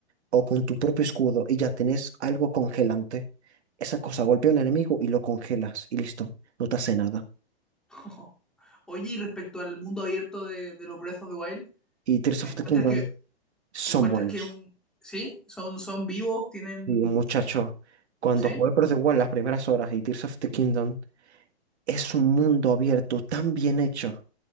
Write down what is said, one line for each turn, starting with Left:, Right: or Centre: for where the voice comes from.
Right: o con tu propio escudo y ya tenés algo congelante. Esa cosa golpea a un enemigo y lo congelas y listo, no te hace nada.
Centre: <laughs> Oye, y respecto al mundo abierto de, de los Breath of the Wild,
Right: Y Tears
Centre: ¿encuentras
Right: of the Kingdom
Centre: que,
Right: son
Centre: encuentras
Right: buenos.
Centre: que un, sí, son, son vivos, tienen,
Right: Y muchacho, cuando
Centre: sí?
Right: jugué Breath of the Wild las primeras horas y Tears of the Kingdom es un mundo abierto tan bien hecho